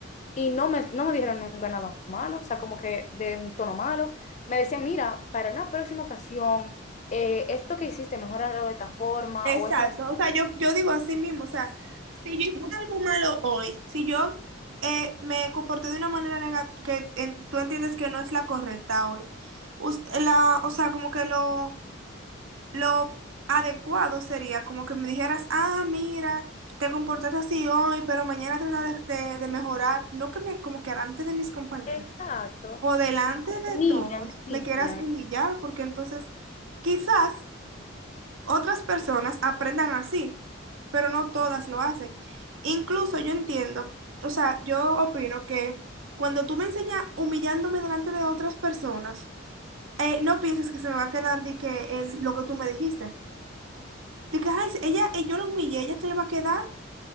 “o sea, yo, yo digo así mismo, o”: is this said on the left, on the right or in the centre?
Right